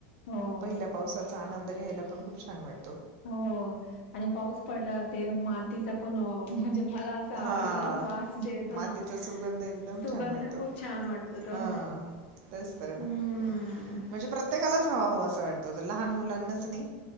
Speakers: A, on the left; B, on the right.
A: हो
B: पहिल्या पावसाचा आनंद घ्यायला पण खूप छान वाट
A: हो आणि पाऊस पडल्यावर ते मातीचा पण अ म्हणजे मला असं आवडतं
B: हां
A: वास जे येतो
B: मातीचा
A: ना
B: सुगंध एकदम
A: सुगंध
B: छान वाटतो
A: खूप छान वाटत तो
B: हां तेच तर
A: हम्म
B: ह म्हणजे प्रत्येकालाच हवा हवा असं वाटतो लहान मुलांनाच नाही